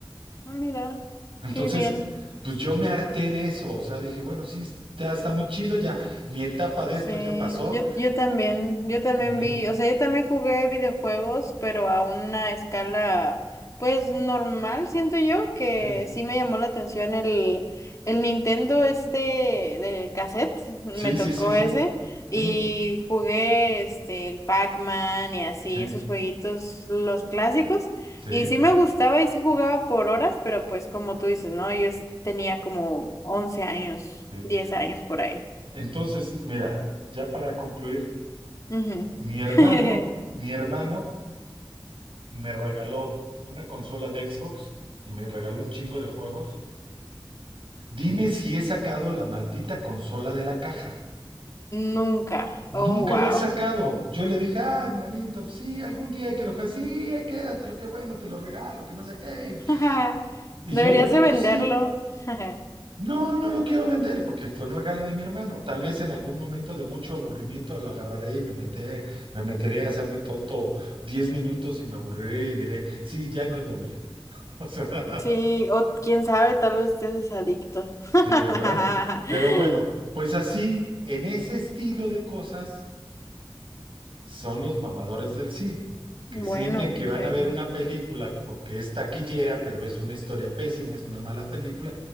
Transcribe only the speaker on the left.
Ah, Mira,
qué bien.
Sí,
yo, yo también, yo también
vi, o sea, yo también jugué videojuegos, pero a una escala, pues normal, siento yo, que
sí me llamó la atención el, el Nintendo este de cassette, me
tocó
ese, y
jugué este, el Pac-Man y así,
esos jueguitos, los clásicos,
y sí me gustaba y sí jugaba por horas, pero pues como tú dices, ¿no? Yo es- tenía como 11 años,
10 años por ahí.
Ujú.
<laughs>
Nunca.
Oh, wow.
<laughs>
Deberías
de venderlo.
<laughs>
Sí, o quién sabe, tal vez estés adicto. <laughs>
Bueno,
sí.